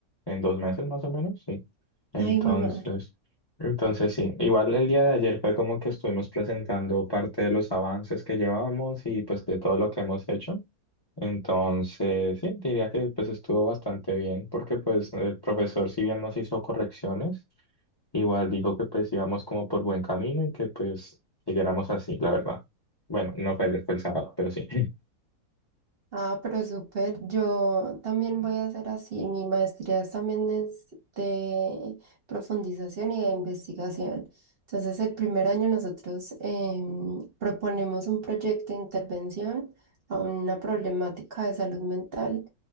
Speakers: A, on the left; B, on the right.
A: en dos meses más o menos, sí. Entonces,
B: Ay, hijo de madre.
A: entonces sí. Igual el día de ayer fue como que estuvimos presentando parte de los avances que llevamos y pues de todo lo que hemos hecho. Entonces, sí, diría que pues estuvo bastante bien, porque pues el profesor, si bien nos hizo correcciones, igual dijo que pues íbamos como por buen camino y que pues siguiéramos así, la verdad. Bueno, no fue ayer, fue el sábado, pero sí. <laughs>
B: Ah, pero súper. Yo también voy a hacer así. Mi maestría es- también es de profundización y de investigación. Entonces, el primer año nosotros em, proponemos un proyecto de intervención a una problemática de salud mental.